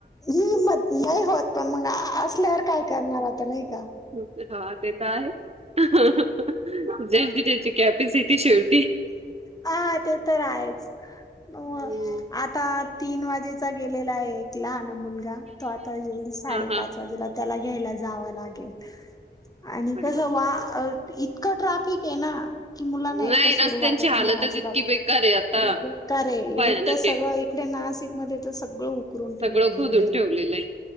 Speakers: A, on the left; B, on the right.
A: हिमत नाही होत मगा. असल्यावर काय करणार आता नाही का?
B: हा ते तर आहे. ज्यांची ज्यांची कॅपेसिटी शेवटी.
A: हा ते तर आहेच. म
B: हम्म.
A: आता तीन वाजेचा गेलेला आहे, एक लहान मुलगा. तो आता येईल साडेपाच
B: हा हा.
A: वाजेला त्याला घ्यायला जावं लागेल आणि
B: अरे
A: कस
B: बापरे
A: वा इतकं ट्राफिक हे ना कि मुलांना एकटं
B: नाही
A: सोडू
B: रस्त्यांची
A: वाटत
B: हालतच
A: नाही अजिबात.
B: इतकी बेकार आहे आता
A: बेकार रे
B: भयानक
A: एक तर सगळं
B: आहे.
A: एक इथे नाशिक मध्ये तर सगळं उकरून
B: सगळं
A: ठेवलेलं
B: खोदून
A: आहे डायरेक्ट.
B: ठेवलेलंय.